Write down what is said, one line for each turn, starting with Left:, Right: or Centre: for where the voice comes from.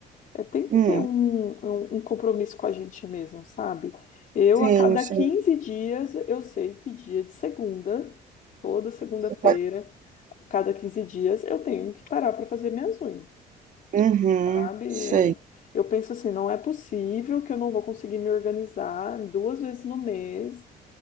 Left: É, tem que
Right: Hum,
Left: ter um, um, um compromisso com a gente mesmo, sabe? Eu,
Right: sim,
Left: a cada
Right: sim.
Left: 15 dias, eu sei que dia de segunda, toda segunda-feira,
Right: você faz-
Left: cada 15 dias, eu tenho que parar para fazer minhas unhas,
Right: Uhum,
Left: sabe?
Right: sei.
Left: É, eu penso assim, não é possível que eu não vou conseguir me organizar duas vezes no mês